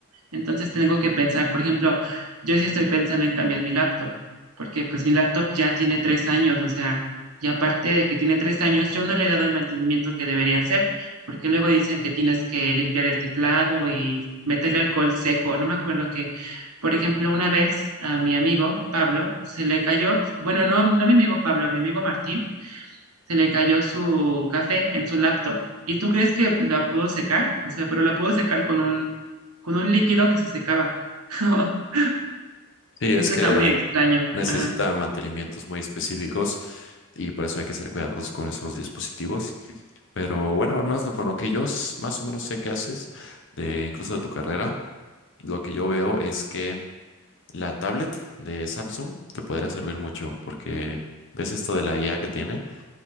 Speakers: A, on the right; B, on the left.
A: Entonces tengo que pensar, por ejemplo, yo sí estoy pensando en cambiar mi laptop, porque pues mi laptop ya tiene tres años, o sea, y aparte de que tiene tres años, yo no le he dado el mantenimiento que debería hacer, porque luego dicen que tienes que limpiar el teclado y meterle alcohol seco, no me acuerdo que, por ejemplo, una vez a mi amigo Pablo se le cayó, bueno, no, no a mi amigo Pablo, a mi amigo Martín se le cayó su café en su laptop. ¿Y tú crees que la pudo secar? O sea, pero la pudo secar con un, con un líquido que se secaba. <laughs>
B: Sí, es
A: Es que
B: que
A: está muy extraño.
B: necesitan
A: Ajá.
B: mantenimientos muy específicos y por eso hay que ser cuidadosos con esos dispositivos. Pero bueno, al menos lo- con lo que yo s- más o menos sé que haces, de, incluso de tu carrera, lo que yo veo es que la tablet de Samsung te podría servir mucho porque ves esto de la IA que tiene.